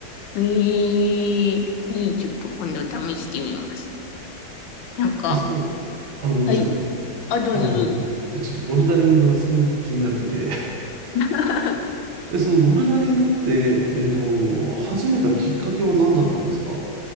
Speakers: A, on the left; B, on the right.
A: えー、いいちょっと今度試してみます。なんか、
B: でその、あ、ごめんなさい。
A: はい。あ、どうぞどうぞ。
B: あの、いや、ちょっとボルダリングがすごく気になってて、
A: <laughs>
B: <laughs> でそのボルダリングって、えっと、始めたきっかけは何だったんですか